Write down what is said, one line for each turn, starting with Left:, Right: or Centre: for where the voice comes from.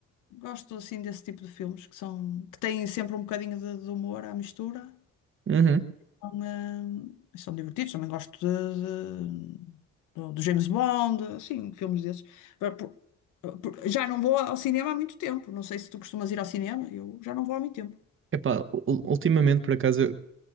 Left: Gosto assim desse tipo de filmes que são que têm sempre um bocadinho de, de humor à mistura.
Right: Uhum.
Left: São, hum, são divertidos. Também gosto de- de- do, do James Bond, assim, filmes desses. Agora, por- por- já não vou ao cinema há muito tempo. Não sei se tu costumas ir ao cinema. Eu já não vou há muito tempo.
Right: Epá, u- u- ultimamente, por acaso, eu